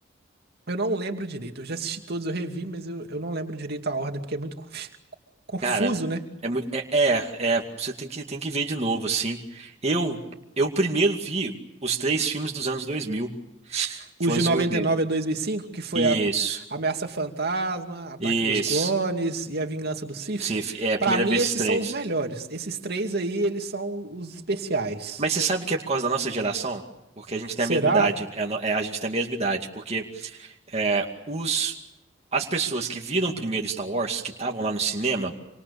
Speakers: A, on the right; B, on the right.
A: Eu não lembro direito. Eu já assisti todos, eu revi, mas eu, eu não lembro direito a ordem, porque é muito conf- <laughs> confuso,
B: Cara,
A: né?
B: é muito. É, é, é, você tem que, tem que ver de novo, assim. Eu, eu primeiro vi os três filmes dos anos 2000.
A: Os
B: Foram
A: de
B: os
A: 99
B: que eu vi.
A: a 2005, que foi
B: Isso.
A: a Ameaça Fantasma, Ataque
B: Isso.
A: dos Clones e A Vingança do Sith.
B: Se, é a
A: Pra
B: primeira
A: mim,
B: vez
A: esses
B: estranhos.
A: são os melhores. Esses três aí, eles são os especiais.
B: Mas você sabe que é por causa da nossa geração? Porque a gente tem
A: Será?
B: a mesma idade. É a, no- é, a gente tem a mesma idade. Porque é, os, as pessoas que viram primeiro Star Wars, que estavam lá no cinema,